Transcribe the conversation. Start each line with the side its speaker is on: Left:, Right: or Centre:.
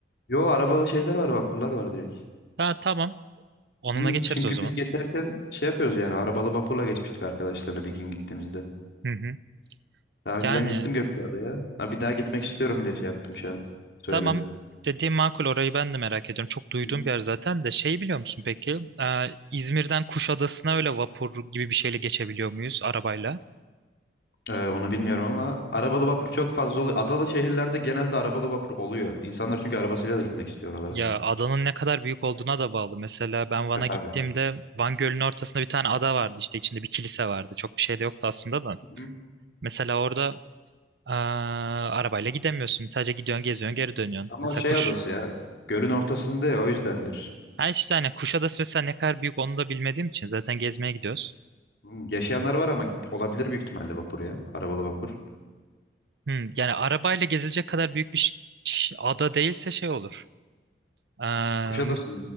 Left: Yo arabalı şeyler var vapurlar var direkt.
Right: Ha tamam. Onunla
Left: Hmm,
Right: geçeriz
Left: çünkü
Right: o zaman.
Left: biz geçerken şey yapıyoruz yani arabalı vapurla geçmiştik arkadaşlarla bir gün gittiğimizde.
Right: Hı hı.
Left: Daha önceden
Right: Yani
Left: gittim Gökçeada'ya. Ha, bir daha gitmek istiyorum diye şey yaptım şu an. Söyledim.
Right: tamam dediğim makul orayı ben de merak ediyorum. Çok duyduğum
Left: Hı hı.
Right: bir yer zaten de şeyi biliyor musun peki? Ee, İzmir'den Kuşadası'na öyle vapur gibi bir şeyle geçebiliyor muyuz arabayla?
Left: Ee, onu bilmiyorum ama arabalı vapur çok fazla oluyor. Adalı şehirlerde genelde arabalı vapur oluyor. İnsanlar çünkü arabasıyla da gitmek istiyor oralara.
Right: Ya adanın ne kadar büyük olduğuna da bağlı. Mesela ben Van'a
Left: E tabii.
Right: gittiğimde Van Gölü'nün ortasında bir tane ada vardı işte içinde bir kilise vardı. Çok bir şey de yoktu aslında da.
Left: Hı hı.
Right: Mesela orada Aa, arabayla gidemiyorsun. Sadece gidiyorsun, geziyorsun, geri dönüyorsun.
Left: Ama
Right: Mesela
Left: o şey
Right: kuş.
Left: adası ya. Gölün ortasında ya o yüzdendir.
Right: Ha işte hani Kuşadası mesela ne kadar büyük onu da bilmediğim için zaten gezmeye gidiyoruz.
Left: Hmm. Yaşayanlar var ama olabilir büyük ihtimalle vapur ya. Arabalı vapur.
Right: Hmm, yani arabayla gezilecek kadar büyük bir ş- ş- ada değilse şey olur. Aa,
Left: Kuşadası
Right: mu-